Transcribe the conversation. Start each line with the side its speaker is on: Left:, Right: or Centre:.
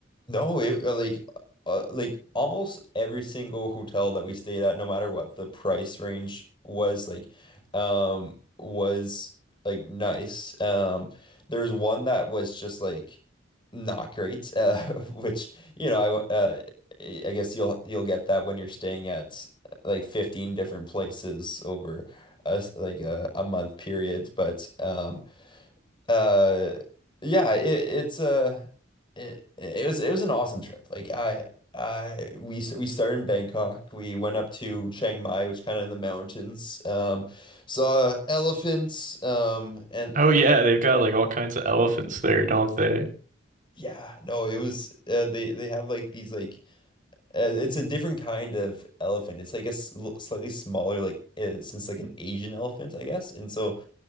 Left: No, it uh, like uh, like almost every single hotel that we stayed at, no matter what the price range was, like um was like nice. Um there was one that was just like not great, uh, <laughs> which you know, I w- uh, I guess you'll you'll get that when you're staying at like 15 different places over a s- like a, a month period, but um uh yeah it, it's a it, it was it was an awesome trip like I I we s- we started in Bangkok we went up to Chiang Mai which kind of in the mountains um saw elephants um and
Right: Oh yeah, they've got like all kinds of elephants there, don't they?
Left: yeah no it was uh, they they have like these like uh, it's a different kind of elephant it's like a s- l- slightly smaller like uh, since like an Asian elephant I guess and so